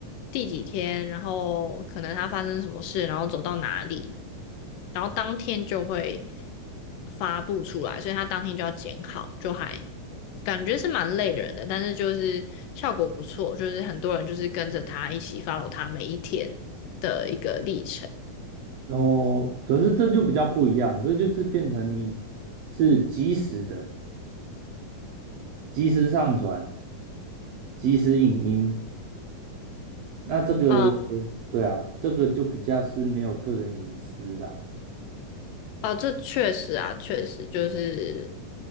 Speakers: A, on the left; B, on the right.
A: 第几天，然后可能他发生什么事，然后走到哪里，然后当天就会发布出来，所以他当天就要剪好，就还感觉是蛮累人的，但是就是效果不错，就是很多人就是跟着他一起 follow 他每一天的一个历程。
B: 然后，可是这就比较不一样，这就是变成你是及时的，及时上传，及时影音。那这个，
A: 嗯，
B: 对啊，这个就比较是没有个人隐私啦。
A: 哦，这确实啊，确实就是，